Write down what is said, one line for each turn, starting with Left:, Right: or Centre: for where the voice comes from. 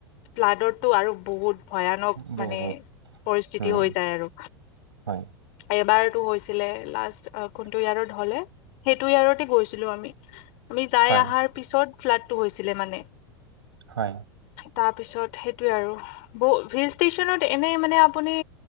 Left: ফ্লাডৰটো আৰু বহুত ভয়ানক
Right: বহুত
Left: মানে পৰিস্থিতি
Right: উম,
Left: হৈ যায় আৰু
Right: হয়
Left: এবাৰ ত হৈছিলে লাষ্ট কোনটো ইয়াৰত হলে সেইটো ইয়াৰতে গৈছিলোঁ আমি যাই
Right: হয়
Left: অহাৰ পিছত ফ্লাডটো হৈছিলে মানে।
Right: হয়।
Left: তাৰপিছত সেইটোৱে আৰু হিল ষ্টেচনত এনেই মানে আপুনি